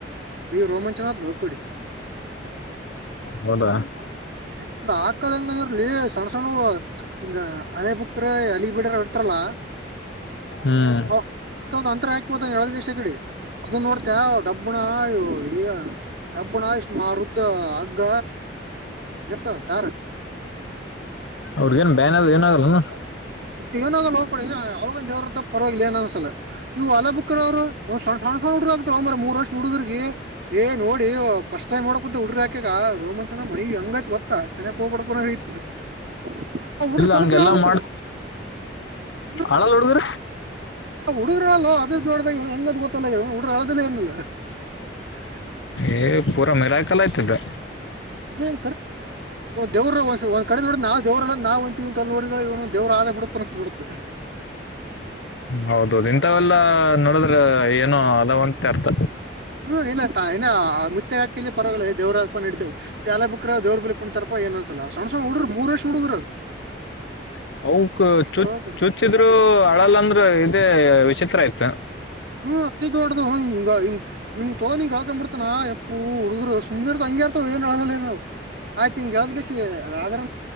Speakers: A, on the right; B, on the left.
A: ಅಯ ರೋಮಾಂ ಚನಾ ಭಕಡಿ
B: ಹೌದಾ
A: <unintelligible> ್ ಹಾಕದಂಗರ್ಲಿ ಸಣ್ಣ ಸಣ್ಣರು <unintelligible> ಹಂಗ ಹಲೆ ಬುಕ್ಕ್ರ ಅಲಿ ಬಿಡ ಹಡ್ತಲ್ಲ
B: ಹ್ಮ್
A: <unintelligible> ಅಂತರ ಹಾಕ್ಬಡ್ತ ಎಳದ ದಷ ಕಡೆ ಅದನ್ನ ನೋಡ್ತ ಡಬಣ ಇ ಕಬ್ಬಿಣ ಇಷ್ಟ್ ಮಾರುದ್ದ ಹಗ್ಗ ಇರ್ತ ದಾರ್ <unintelligible>
B: ಅವ್ರಗ ಏನ್ ಬೇನ್ ಅದ ಏನಾಗಲ್ಲನ
A: ಇ ಏನಾಗ ಹೋಗ ಕೊಡಿ ಅವಾಗ ದೇವ್ರ ಪರವಾಗಿಲ್ಲ ಏನ ಅನ್ಸಲ್ಲ <unintelligible> ಇವು ಅಲಾ ಬುಕ್ಕರ್ ಅವರು ಸಣ್ಣ ಸಣ್ಣುಡ್ರಾ ಆಕ್ತ ಒಂಬ್ರ ಮೂರ್ ವರ್ಷ ಹುಡುಗ್ರ ಏ ನೋಡಿ ಸ್ಟ್ ಟೈಮ್ ಹೊಡಕ ಕುಂತ ಉು್ರಾಕಗ ಸಮ ಚನ ಮೈಿ ಹಂಗತ್ ಗೊತ್ತಾ ಚೆನ್ನಾಗ ಹೋಗ್ಬಡ ಪ ಐತ್ ಆ ಹುಡ್ರ
B: ಇಲ್ಲ
A: ಸ್ವಲ್ಪ
B: ಹಂಗೆಲ್ಲಾ
A: ನಾದ <unintelligible>
B: ಮಾಡ್
A: ಹ್ಮ
B: ಆಳಲ್ಲ ಹುಡುಗರು
A: ಏ ಹುಡುಗರಲ್ಲ ಅದೇ ದೊಡ್ಡ್ದಾಗ ಹೆಂಗ ಗೊತ್ತ <unintelligible> ಇ ರಳಲ್ಲ ಆನಿಲ್ಲ <unintelligible>
B: ಏ ಪೂರಾ ಮೆರಕಲ್ಲ ಆ್ತದ
A: ಅದೇರೆ ದೇವ್ರ ಒಂದ ಕಡೆ ನೋಡ ನಾವು ದೇವ್ರಲ್ಲ ನಾ ತಲ್ಬಡಿಗಳ ಇ ದೇವ್ರ ಆದ ಬಿುಡಪ ಅನಸ ಬಿಡುತ್ತೆ
B: ಹೌದೌದು ಇಂಥವೆೆಲ್ಲಾ ನೋಡದ್ರ ಏನೋ ಅದಾವಂತೆ ಅರ್ಥ
A: ಹ್ಮ ಇಲ್ಲಾ ಇ ಮುತ್ತೆ ಹಾಕ ಇಲ್ಲಿ ಪರವಾಗಿಲ್ಲ ದವ್ರ ಅಪ ನಡತೇವೆ ಎಲ್ಲ ಬುಕ್ ದೇವ್ರ ಬಳಿ ಕುಣಿತರಪ್ಪ ಏನ್ಸಲ್ಲ ಶಣ್ಹಡ್ರ ಮೂರ್ಷ ಹುಡುದರು
B: <unintelligible> <inaudible> ಅವಕ್ ಚುಚ್
A: ಕೊಡಿ
B: ಚುಚ್ಚಿದ್ರು ಅಳಲ್ಲ ಅಂದ್ರ ಇದೇ ವಿಚಿತ್ರ ಆಯ್ತ
A: ಹ್ಮ ಅ ದೊಡ್ಡದ ಹ ನಿವ್ ತೋಕಳ್ಕೊಂಬ ಬಿಡ್ತಾನನಾ ಎಪ್ಪು ಹುಡುಗರು ಸುಮ್ರ್ ಹಂಗಗೆ ಇರ್ತವ ಏನ್ಳಲ್ಲ ಏನ ಆಯ್ತು ಹಿಂಗಗೆವ್ದ್ ಶಿವ ಆದದ್ರ